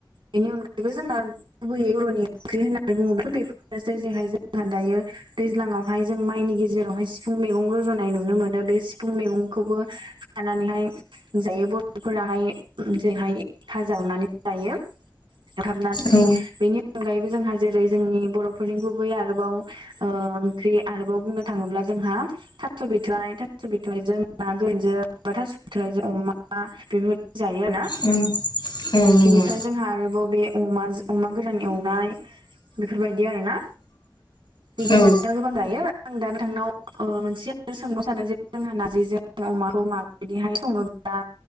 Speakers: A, on the right; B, on the left.
A: बेनि अनगायैबो जोंना गुबैयै <unintelligible> र'नि ओंख्रि होननानै बुङोबाथ' बेफोरनोसै जेहाय जोंहा दायो। दैज्लांआवहाय जों माइनि गेजेरावहाय सिफुं मैगं रज'नाय नुनो मोनो नो। बे सिफुं मैगंखौबो खानानैहाय जायो बर'फोराहाय जेरैहाय भाजा एवनानै बो जायो एवथाबनानै
B: औ
A: बेनि अनगायैबो जोंहा जेरै जोंनि बर'फोरनि गुबै आरोबाव ओ ओंख्रि आरोबाव बुंनो थाङोब्ला जोंहा थास' बिथराइ था <unintelligible> बिथराइजों ना‌ गोरानजों थास' बिथराइ जों अमा बेफोर बायदि जायो आरोना
B: औ औ नंगौ
A: बेनिफ्राय जोंहा आरोबाव बे अमा जो अमा गोरान एवनाय बेफोरबायदि आरोना बिदिनो
B: औ
A: गोबां गायो। आं दा नोंथांनाव ओ मोनसे <unintelligible> सानो जे जोंहा नारजिजों अमाखौ माबायदिहाय सङोब्ला